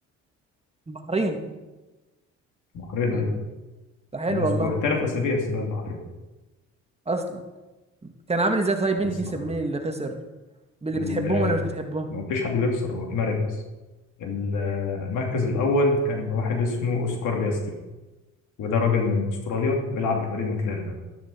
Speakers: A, on the right; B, on the left.
A: البحرين
B: البحرين
A: مم.
B: ايضا
A: ده حلو
B: من اسبوع
A: والله
B: ثلاث اسابيع سباق البحرين
A: اصلا كان عامل ازاي طيب مين
B: لسه
A: اللي كسب
B: معلوم
A: مين اللي خسر اللي
B: ال-
A: بتحبهم ولا مش بتحبهم
B: ما فيش حد بيخسر هو في مراكز ال- المركز الاول كان واحد اسمه اوسكار بياستري وده راجل من استراليا بيلعب لفريق ماكلارين